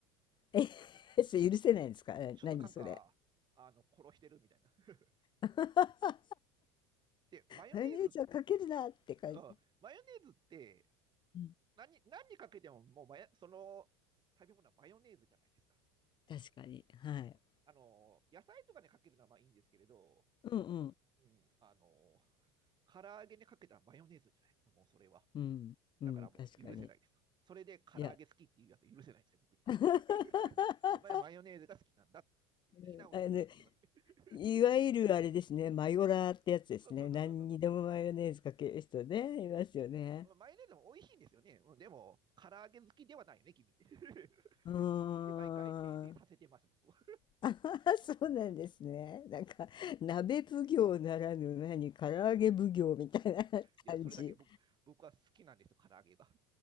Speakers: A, on the left; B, on the right.
A: え、<laughs> それ許せないんですかな何それ。
B: ちょっとなんか、あの、殺してるみたいな。<laughs>
A: <laughs>
B: で、マヨネーズ、
A: マヨネーズはかけるなって感じ。
B: うん、マヨネーズって
A: うん。
B: 何、何にかけても、もうマヨ、その食べ物はマヨネーズじゃないですか。
A: 確かに。はい。
B: あの、野菜とかにかけるのはまあいいんですけれど、
A: うんうん。
B: うん、あの、唐揚げにかけたらマヨネーズじゃないですか、もうそれは。
A: うん。うん。
B: だからもう許せないですと。
A: 確かに。
B: それで唐揚げ好きっていうやつ許せないですよ、
A: いや。
B: 僕には。
A: <laughs> う
B: <laughs> お前はマヨネーズが好きなんだって
A: んあのね
B: 言い直せみたいなこと言ってますね。
A: いわゆるあれですね、マヨラーってやつですね。
B: <laughs> そうそうそうそうそうそう。
A: 何にでもマヨネーズかける人ね、いますよね。
B: うんうん、マヨネーズも美味しいんですよね。でも、唐揚げ好きではないよね、君って。<laughs>
A: うーん。
B: で、毎回訂正させてます、僕は。
A: <laughs> そうなんですね。なんか、鍋奉行ならぬ何、唐揚げ奉行みたいな <laughs>
B: いや、
A: 感じ。
B: それだけ僕僕は好きなんですよ、唐揚げが。